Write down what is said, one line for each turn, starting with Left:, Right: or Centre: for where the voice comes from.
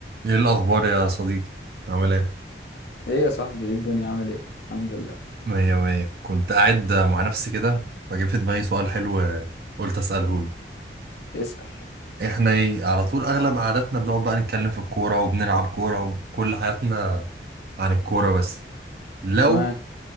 Right: ايه الاخبار يا صديقي عامل ايه
Left: ايه يا صاحبي ايه الدنيا عامل ايه الحمد لله
Right: مية مية كنت قاعد مع نفسي كده فجه في دماغي سؤال حلو آه، قلت اساله لك
Left: اسأل
Right: احنا إيه على طول اغلب قعداتنا بنقعد بقى نتكلم في الكوره وبنلعب كوره وكل حياتنا عن الكوره بس لو
Left: تمام